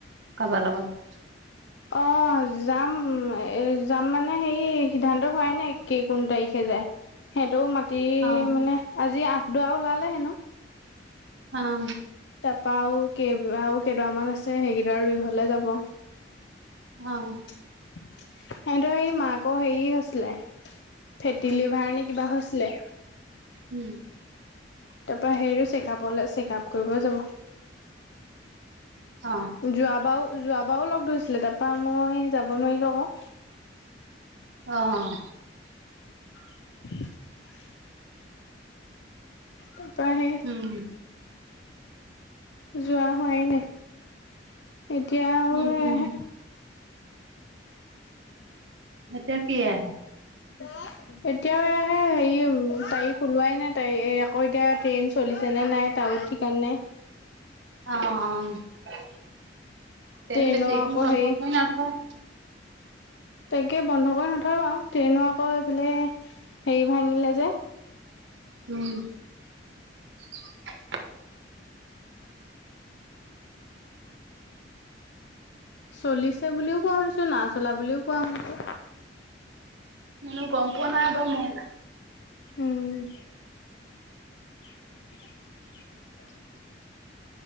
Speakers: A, on the right (about 80°); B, on the left (about 65°).
A: কাৰবাৰ লগত।
B: অ'যাম এ যাম মানে হেৰি সিদ্ধান্ত হোৱাই নাই। কেই কোন তাৰিখে যায় সিহঁতৰো মাটি
A: অ
B: মানে আজি আঠডৰা ওলালে হেনো।
A: অ'
B: তাৰপা আৰু কেই আৰু কেইডৰামান আছে সেইকেইডৰা ৰুই হ'লে যাব।
A: অ'
B: সিহঁতৰ সেই মাকৰ হেৰি হৈছিলে ফেটি লিভাৰ নে কিবা হৈছিলে।
A: উম,
B: তাৰপৰা সেইটো চেকাপলৈ, চেকাপ কৰিবলৈ যাব।
A: অ,
B: যোৱাবাৰো, যোৱাবাৰো লগ ধৰিছিলে, তাপা মই যাব নোৱাৰিলো আকৌ।
A: অ,
B: <inaudible> তাৰপৰা সেই
A: উম,
B: যোৱা হোৱাই নাই। এতিয়া আৰু
A: উম,
B: এয়াহে
A: উম, এতিয়া কি এ
B: <inaudible> এতিয়াও আহে, হেৰি উম, তাৰিখ ওলোৱাই নাই, তাৰিখ আকৌ এতিয়া ট্ৰেইন চলিছে নে নাই? তাও ঠিক নাই।
A: অ, অ, ট্ৰেইন
B: ট্ৰেইনৰ
A: বেছিদিন
B: আকৌ
A: বন্ধ
B: হেৰি
A: কৰি নথয়।
B: তাকে বন্ধ কৰি নথয় বাৰু, ট্ৰেইনো আকৌ এইফালে হেৰি ভাঙিলে যে।
A: উম, <inaudible>
B: চলিছে বুলিও কোৱা শুনিছো, নাই চলা বুলিও কোৱা শুনিছো।
A: মানে গম পোৱা নাই বা মও।
B: উম, <inaudible>